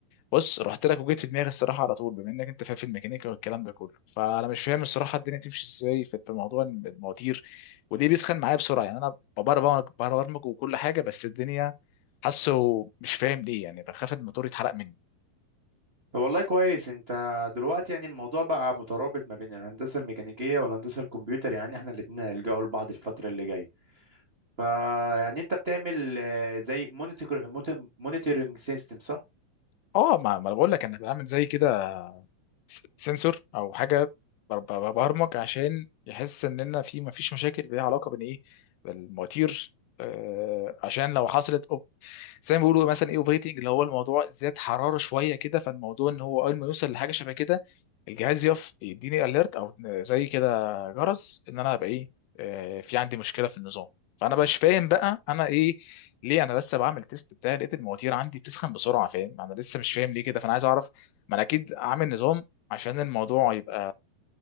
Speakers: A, on the left; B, on the right.
A: بص رحت لك وجيت في دماغي الصراحه على طول بما انك انت فاهم في الميكانيكا والكلام ده كله فانا مش فاهم الصراحه الدنيا تمشي ازاي في في موضوع المواتير وليه بيسخن معايا بسرعه يعني انا ببرمج ببرمج وكل حاجه بس الدنيا حاسه مش فاهم ليه يعني بخاف الموتور يتحرق مني
B: فوالله كويس انت دلوقتي يعني الموضوع بقى مترابط ما بين الهندسه الميكانيكيه والهندسه الكمبيوتر يعني احنا الاثنين هنلجأوا لبعض الفتره اللي جايه فيعني انت بتعمل آه، زي مونيتور مونيتورنج سيستم صح
A: اه ما ما انا بقول لك انا بعمل زي كده س- سنسور او حاجه ب- ب- ببرمج عشان يحس اننا في ما فيش مشاكل ليها علاقه بين ايه بالمواتير آه، عشان لو حصلت أوب... زي ما بيقولوا مثلا ايه اوبريتنج اللي هو الموضوع زاد حراره شويه كده فالموضوع ان هو اول ما يوصل لحاجه شبه كده الجهاز يقف يديني اليرت او زي كده جرس ان انا هبقى ايه آه، في عندي مشكله في النظام فانا مش فاهم بقى انا ايه ليه انا لسه بعمل تيست بتاعي لقيت المواتير عندي بتسخن بسرعه فاهم انا لسه مش فاهم ليه كده فانا عايز اعرف ما انا اكيد عامل نظام عشان الموضوع يبقى